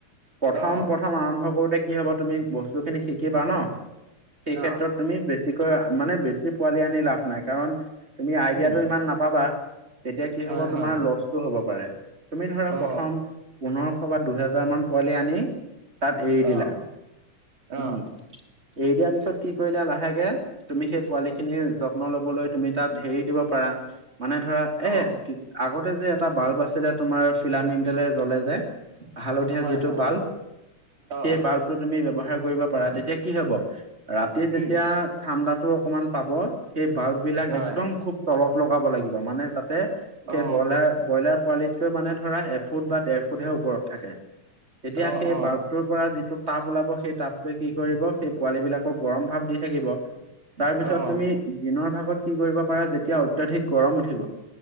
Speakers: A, on the right (about 20°); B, on the right (about 75°).
A: প্ৰথম
B: অ
A: প্ৰথম আৰম্ভ কৰোঁতে কি হব তুমি বস্তুখিনি শিকিবা ন সেই ক্ষেত্ৰত
B: অ
A: তুমি বেছিকৈ মানে বেছি পোৱালি আনি লাভ নাই কাৰণ তুমি আইডিয়টো
B: উম।
A: ইমান নাপাবা তেতিয়া কি
B: হয়
A: হ'ব
B: হয়
A: কষ্ট হব পাৰে তুমি ধৰা
B: অ
A: প্ৰথম পোন্ধৰশ বা দুহেজাৰ মান পোৱালি আনি তাত এৰি দিলা
B: অ
A: উম
B: অ
A: এৰি দিয়াৰ পিছত কি কৰিলো লাহেকে তুমি সেই পোৱালি খিনি য যত্ন ল'বলৈ তুমি তাত হেৰি দিব পাৰা মানে ধৰা এ
B: অ
A: আগতে যে এটা বাল্ব আছিলে তোমাৰ পিলামেন্টেলে জ্বলে যে হালধীয়া
B: হয়
A: যিটো
B: হয়
A: বাল্ব
B: অ
A: সেই বাল্বটো তুমি ব্যৱহাৰ কৰিব পাৰা তেতিয়া কি হব ৰাতি যেতিয়া
B: উম।
A: ঠাণ্ডাতো অকমান পাব সেই বাল্ব বিলাক
B: হয়
A: একদম খুব তলত লগাব লাগিব মানে তাতে সেই
B: অ
A: ব্ৰইলাৰ ব্ৰইলাৰ পোৱালিতকৈ মানে ধৰা এফুট বা ডেৰ ফুটহে ওপৰত থাকে তেতিয়া
B: অ
A: সেই
B: অ
A: বাল্ব তোৰ পৰা যিটো তাপ ওলাব সেই তাপটোৱে কি কৰিব সেই পোৱালী বিলাকক গৰম ভাপ দি থাকিব তাৰ পিছত
B: অ
A: তুমি দিনৰ ভাগত কি কৰিব পাৰা যেতিয়া অত্যাধিক গৰম উঠিব